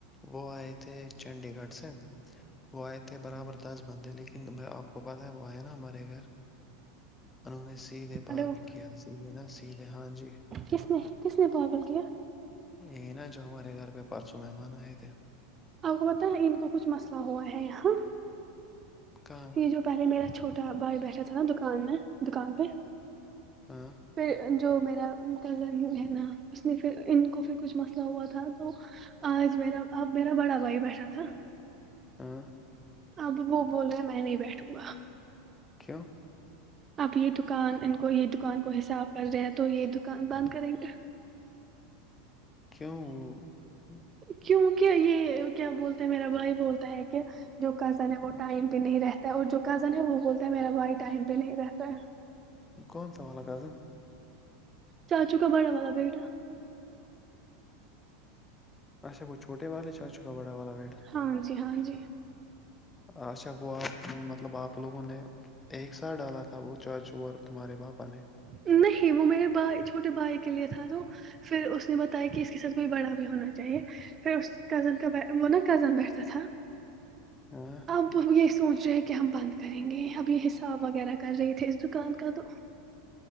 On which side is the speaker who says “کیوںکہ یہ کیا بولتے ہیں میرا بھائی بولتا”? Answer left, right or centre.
Right